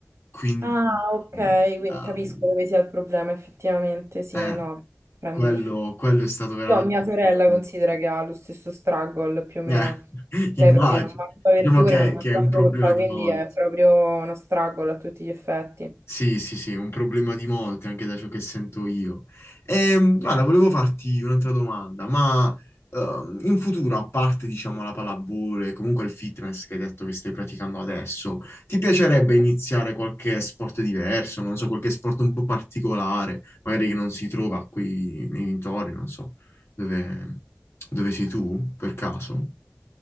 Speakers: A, on the left; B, on the right.
A: Quindi
B: Ah, ok, quindi
A: ehm,
B: capisco dove sia il problema, effettivamente, sì,
A: eh,
B: no, prendo
A: quello,
B: perfettamente.
A: quello è stato veramente
B: Io ho mia
A: un
B: sorella
A: problema.
B: considera che ha lo stesso struggle più o meno.
A: Eh, <laughs>
B: Lei
A: immagino.
B: proprio non mangia verdure,
A: Diciamo che,
B: non mangia
A: che è un problema
B: frutta,
A: di
B: quindi
A: molti.
B: è proprio uno struggle a tutti gli effetti.
A: Sì, sì, sì, è un problema di molti, anche da ciò che sento io. Ehm, guarda, volevo farti un'altra domanda, ma ehm, in futuro, a parte, diciamo, la pallavolo e comunque il fitness che hai detto che stai praticando adesso, ti piacerebbe iniziare qualche sport diverso, non so, qualche sport un po' particolare, magari che non si trova qui nei dintorni, non so, dove, dove sei tu, per caso?